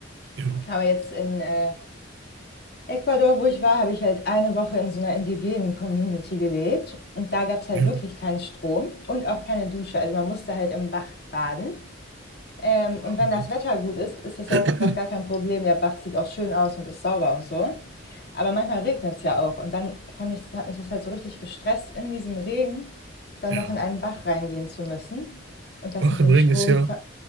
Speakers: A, on the right; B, on the left.
A: Ja,
B: Aber jetzt in äh, Ecuador, wo ich war, habe ich halt eine Woche in so einer indigenen Community gelebt und da gab es halt
A: ja,
B: wirklich keinen Strom und auch keine Dusche. Also man musste halt im Bach baden. Ähm,
A: hart.
B: und wenn das Wetter gut ist, ist das
A: <clears throat>
B: ja auch gar kein Problem. Der Bach sieht auch schön aus und ist sauber und so. Aber manchmal regnet es ja auch und dann fand ich, hat mich das halt so richtig gestresst, in diesem Regen dann
A: Ja.
B: noch in einen Bach reingehen zu müssen. Und das
A: Bach
B: mit
A: im
B: dem
A: Ring
B: Strom.
A: ist ja,